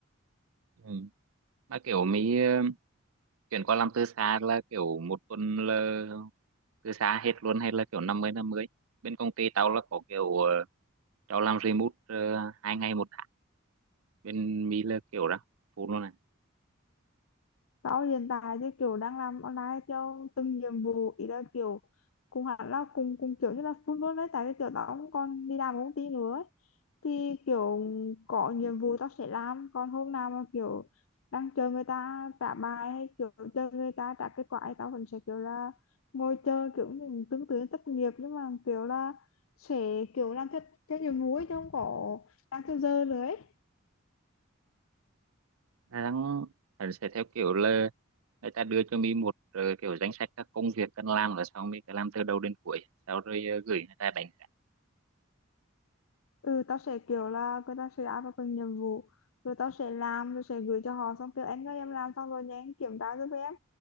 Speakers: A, on the right; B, on the left.
A: Ừ. Mà kiểu mới ờ, chuyển qua làm từ xa là kiểu một tuần là từ xa hết luôn hay là kiểu năm mươi năm 50. Bên công ty tao là có kiểu ờ, tao làm remote ờ, hai ngày một tháng. Bên mi là kiểu đó, full luôn
B: tao hiện tại thì kiểu đang làm online theo từng nhiệm vụ ý là kiểu cùng hẳn là cùng cùng kiểu như là full luôn đấy tại vì kiểu tao cũng còn đi làm ở công ty nữa ấy. thì kiểu có nhiệm vụ tao sẽ làm còn hôm nào mà kiểu đang chờ người ta trả bài hay kiểu chờ người ta trả kết quả thì tao vẫn sẽ kiểu là ngồi chờ kiểu như tương tự như thất nghiệp nhưng mà kiểu là sẽ kiểu làm theo theo nhiệm vụ ấy chứ không có làm theo giờ nữa ấy.
A: Đà đang phải sẽ theo kiểu là người ta đưa cho mi một ờ, kiểu danh sách các công việc cần làm là sau mi cứ làm từ đầu đến cuối sau rồi ờ, gửi người ta đánh giá
B: ừ tao sẽ kiểu là người ta sẽ áp vào từng nhiệm vụ rồi tao sẽ làm rồi sẽ gửi cho họ xong kêu anh ơi em làm xong rồi nha anh kiểm tra giúp em